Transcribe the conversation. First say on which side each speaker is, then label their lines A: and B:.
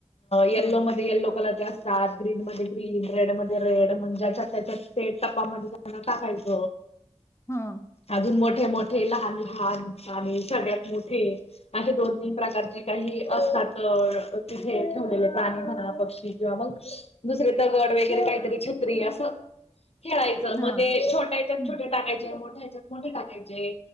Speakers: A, on the left; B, on the left.
A: येल्लोमध्ये
B: हा हा
A: यल्लो कलरचे असतात ग्रीन मध्ये ग्रीन रेड मध्ये रेड म्हण ज्याच्यात त्याच्यात ते टपामध्ये त्यांना टाकायच.
B: हं
A: आजून मोठे मोठे लहान लहान आणि सगळ्यात मोठे असे दोन तीन प्रकारचे काही असतात तिथेे <unintelligible> प्राणी म्हणा पक्षी किंवा मग दुसरे दगड वगैरे काहीतरी छत्री अस. खेळायच मग
B: हा
A: ते छोट्या ह्याच्यात
B: हम्म
A: छोटे टाकायचे मोठ्या ह्याच्यात मोठे टाकायचे.